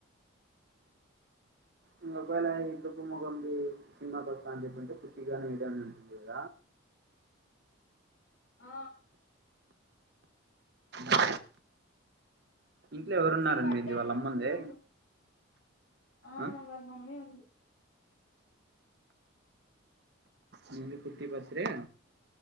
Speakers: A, on the right (about 50°); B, on the left (about 70°).
A: ఇంక ఒకవేళ తుంపు ముఖంది సినిమాకి వస్తాని చెప్పింటే పుర్తిగానే మీకు ఎమన్న అనిపించింద
B: ఆ
A: అ ఇంట్లో ఎవరున్నారండి
B: పుట్టి బర్త్డే
A: వాళ్ళమ్ముందే
B: అనే సినిమా ఆ
A: అ
B: వాళ్ళ మమ్మీ ఉంది
A: లిల్లీ కుట్టి బస్రే